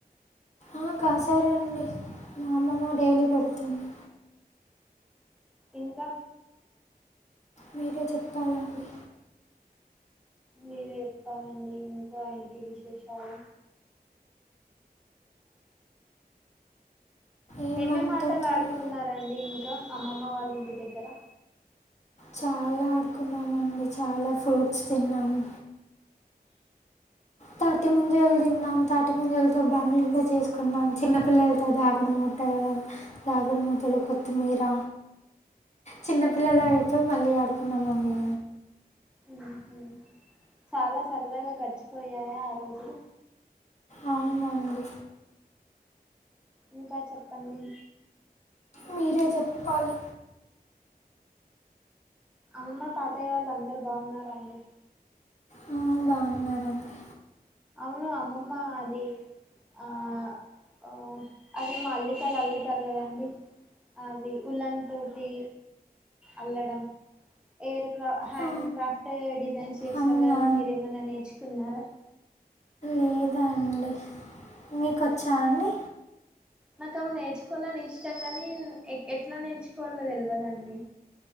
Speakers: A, on the left (about 45°); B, in the centre.
A: ఆ కాసారు అండి మా అమ్మమ్మ డైలీ పెడుతుంది
B: ఇంకా
A: మీరే చెప్పాలండి
B: మీరే ఏప్పాలండి ఇంకా ఏంటి విశేషాలు
A: ఏం
B: ఏమే
A: వంట
B: మేం ఆటలు
A: చే-
B: ఆడుకున్నారండి ఇంకా అమ్మమ్మ వాళ్ళ ఇంటి దగ్గర
A: చాలా ఆడుకున్నామండి చాలా ఫ్రూట్స్ తిన్నాము తాటి ముంజలు తిన్నం తాటీ పుట్టు మువ్వలతో బండ్లు చేసుకున్నాం. చిన్నపిల్లలతో దాగుడుమూత దాగుడుమూతలు కొత్తిమీర చిన్నపిల్ల అయిపోయి మళ్ళీ ఆడి కొన్నాం అండి
B: హ్ హు చాలా సరదాగా గడిచిపోయాయా ఆ రోజులు
A: అవునండి
B: ఇంకా చెప్పండి
A: మీరే చెప్పాలి
B: అమ్మ తతయ్య వాళ్ళు అందరు బాగున్నరా అండి
A: ఆ, బాగున్నారండి
B: అవును. అమ్మమ్మ అది ఆ వ అదే మా అల్లికలు అల్లుతారు కదండి. అది ఉల్లన్ తోటి అల్లడం ఎయిర్ క్రాఫ్ట్ హ్యాండ్
A: ఆ,
B: క్రాఫ్ట్ డిజైన్స్ చేస్తారు.
A: అవునా
B: కదా మీరేమన్న నేర్చుకున్నారా
A: లేదు అండి మీకు వో చ్చా అండి
B: నాకు అవి నేర్చుకోవాలని ఇష్టం గాని ఎట్లా నేర్చుకోవవాలో తెలివదండి.